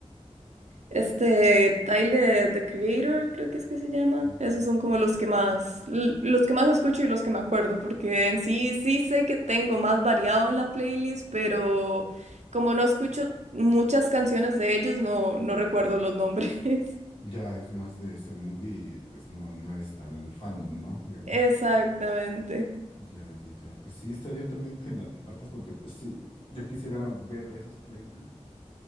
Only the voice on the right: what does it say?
Este, Tyler, The Creator, creo que es que se llama.
Esos son como los que más, l- los que más escucho y los que me acuerdo, porque en sí, sí sé que tengo más variado en la playlist, pero como no escucho muchas canciones de ellos, no, no recuerdo los nombres. <laughs>
Exactamente.